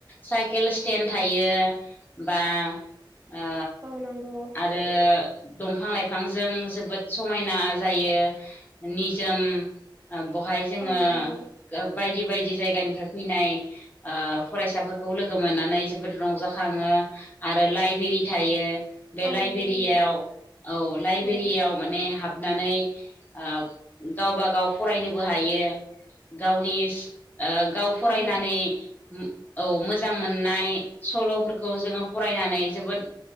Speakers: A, on the left; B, on the right.
A: साइकेल स्टेन्ड थायो बा ओ
B: औ नंगौ
A: आ रो दंफां लाइफांजों जोबोद समायना जायो। निजोम ओम बहाय जोङो
B: औ नंगौ
A: लो बायदि बायदि जायगानिफ्राय फैनाय ओ फरायसाफोरखौ लोगो मोननानै जोबोद रंजाखाङो। आरो लाइबेरि थायो। बे
B: औ
A: लाइबेरियाव
B: नंगौ
A: औ लाइबेरियाव
B: नंगौ
A: माने हाबनानै ओ गावबा गाव फरायनोबो हायो। गावनि सि ओ गाव फरायनानै
B: औ नंगौ
A: उम औ मोजां मोननाय सल'फोरखौ जोङो फरायनानै जोबोद